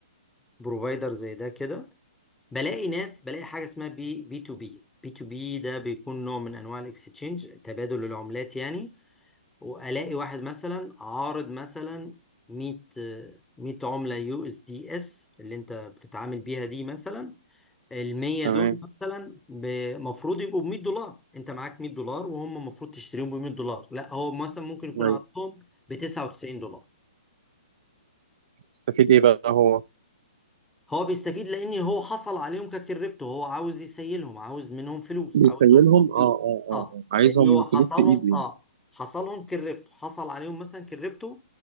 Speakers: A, in the centre; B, on the right.
A: بروفايدر زي ده كده بلاقي ناس بلاقي حاجه اسمها بي بي تو بي بي تو بي ده بيكون نوع من انواع الاكستشينج تبادل العملات يعني والاقي واحد مثلا عارض مثلا 100 100 عمله يو اس دي اس اللي انت بتتعامل بيها دي مثلا ال 100
B: تمام
A: دول مثلا المفروض يبقوا ب 100 دولار انت معاك 100 دولار وهم المفروض تشتريهم ب 100 دولار لا هو مثلا ممكن يكون
B: أيوة.
A: عرضهم ب 99 دولار
B: استفيد ايه بقى هو
A: هو بيستفيد لان هو حصل عليهم ككريبتو هو عاوز يسيلهم عاوز منهم فلوس
B: بيسيلهم
A: عاوز منهم
B: اه
A: فلوس
B: اه اه
A: اه
B: آه. عايزهم
A: لان هو
B: فلوس
A: حصلهم
B: في ايده يعني
A: اه حصلهم كريبتو حصل عليهم مثلا كريبتو